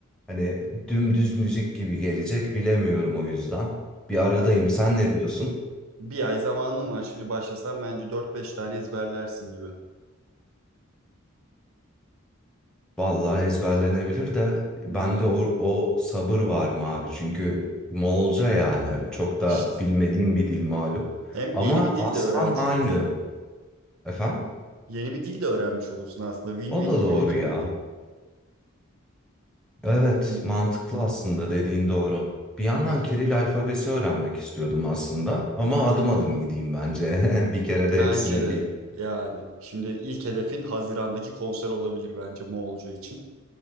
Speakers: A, in the centre; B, on the right.
A: hani dümdüz müzik gibi gelecek bilemiyorum o yüzden. Bir
B: Ya
A: aradayım. Sen ne diyorsun?
B: bir ay zamanım var. Şimdi başlasam bence dört beş tane ezberlersin gibi.
A: Vallahi ezberlenebilir de bende
B: Yani
A: o, o sabır var mı abi? Çünkü Moğolca yani çok da
B: işte.
A: bilmediğim bir dil malum.
B: Hem
A: Ama
B: yeni bir dil
A: aslan
B: de öğrenmiş
A: aynı.
B: olursun.
A: Efendim?
B: Yeni bir dil de öğrenmiş olursun aslında. Win-win
A: O da
B: gibi
A: doğru
B: bir durum
A: ya.
B: oluyor.
A: Evet,
B: <laughs>
A: mantıklı aslında dediğin doğru. Bir yandan
B: Yani
A: Kiril alfabesi öğrenmek istiyordum aslında ama adım adım gideyim bence. <laughs> Bir kere de
B: bence
A: hepsine
B: de
A: değil.
B: yani. Şimdi ilk hedefin Haziran'daki konser olabilir bence Moğolca için.